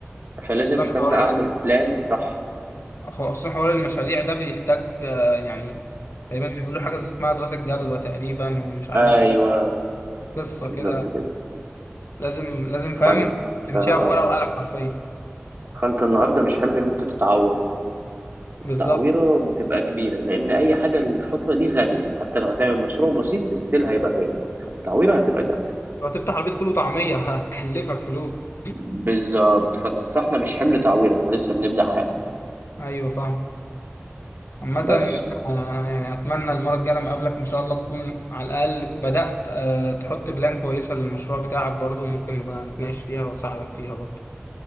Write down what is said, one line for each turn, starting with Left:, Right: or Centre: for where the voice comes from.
Right: فلازم
Left: خصوصا
Right: استنى
Left: حوار
Right: اعمل بلان صح
Left: خصوصا حوار المشاريع ده بيحتاج آه، يعني تقريبا بيعملوا حاجه اسمها دراسه جدوى تقريبا ومش عارف
Right: ايوه
Left: ايه قصه
Right: بالظبط
Left: كده
Right: كده
Left: لازم لازم فاهم
Right: فانت
Left: تمشيها
Right: اه
Left: بورقه وقلم حرفيا
Right: فانت النهارده مش حمل ان انت تتعور
Left: بالظبط
Right: تعويرة بتبقى كبيرة لأن أي حاجة الفترة دي غالية حتى لو هتعمل مشروع بسيط استيل هيبقى غالي فالتعويرة هتبقى جامدة
Left: لو هتفتح عربيه فول وطعميه <laughs> هتكلفك فلوس
Right: بالظبط ف- فاحنا مش حمل تعويرة احنا لسه بنبدأ حياتنا
Left: ايوه فاهم عامة
Right: بس
Left: آه، يعني أتمنى المرة الجاية لما أقابلك إن شاء الله تكون على الأقل بدأت آه، تحط بلان كويسة للمشروع بتاعك برضو وممكن نبقى نتناقش فيها وأساعدك فيها برضو